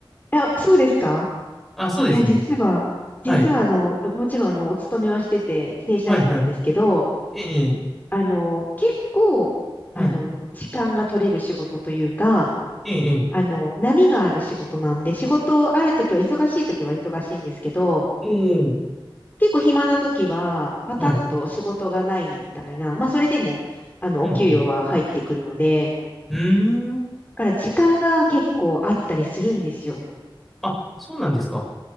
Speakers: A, on the left; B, in the centre.
A: あ、そうですか。
B: あ、そうですね。
A: いや、実は、
B: はい。
A: 実はあの、もちろんあの、お勤めはしてて、正社員なんですけど、
B: はい、はい。ええ、
A: あの、結構、
B: はい。
A: あの、時間が取れる仕事というか、
B: ええ、
A: あの、波がある仕事なんで、仕事あるときは忙しいときは忙しいんですけど、
B: ええおー、
A: 結構暇な時は、パタッと仕事がないみたいな、
B: はい。
A: まあそれでも、あの、
B: うんうん
A: お給与は入ってくるので、だ
B: うーん。
A: から時間が結構あったりするんですよ。
B: あ、そうなんですか。